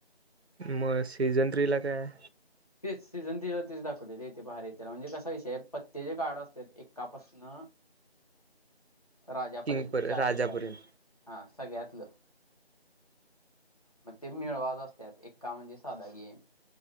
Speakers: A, on the right (about 75°); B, on the left (about 35°).
A: मग सीझन थ्री ला कायय
B: तेच, सीझन थ्री लं तेच दाखवतय,, तेथे बाहेर येथला म्हणजे कसा विषय,, पत्ते च काड असतात, एकापासन राजापर्ेल,
A: किंग पर
B: चारी
A: राजापर्यंत
B: हजातलं,, हा, सगळ्यातलं. म ग ते मिळवाच असल्यात, एका म्हणजे साधा गेम